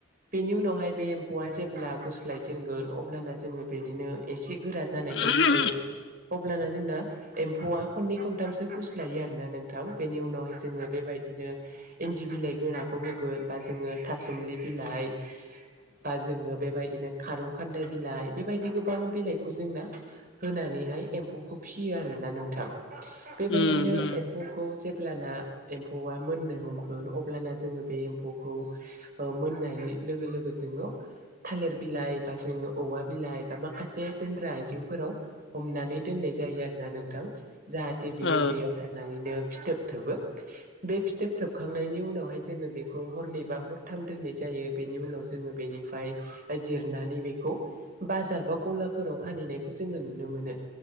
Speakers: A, on the right; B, on the left.
A: बेनि उनावहाय बे एम्फौआ जेब्ला गुस्लाय जेनगोन अब्लाना जोङो बिदिनो एसे गोरा जानायखौ
B: उम
A: होगोन।
B: उम
A: अब्लाना जोंना एम्फौआ खननै खनथामसो गुस लायो आरो ना नोंथां बेनि उनावहाय जोङो बेबायदिनो इन्दि बिलाइ गोराखौ होगोन, बा जोङो थासुमलि बिलाइ बा जोङो बेबायदिनो खारौ खान्दाय बिलाइ, बेबायदि गोबां बिलाइखौ जोंना होनानैहाय एम्फौखौ फिसियो आरोना नोंथां,
B: उम
A: बेबायदिनो एम्फौखौ जेब्लाना एम्फौआ मोननो हमगोन अब्लाना जोङो बे एम्फौखौ मोननाय लोगो लोगो जोङो थालिर बिलाइ बा जोङो औवा बिलाइ बा माखासे दोनग्रा आइजेंफोराव हमनानै दोननाय जायो आरोना नोंथां, जाहाथे बियो
B: ओ
A: बेयाव थानानैनो फिथोब थबो बे फिथोब थोबखांनायनि उनावहाय जोङो बे हरनैबा हरथाम दोननाय जायो बेनि उनाव जोङो बेनिफ्राय जिरनानै बेखौ बाजार बा गलाफोराव फानहैनायखौ जोङो नुनो मोनो,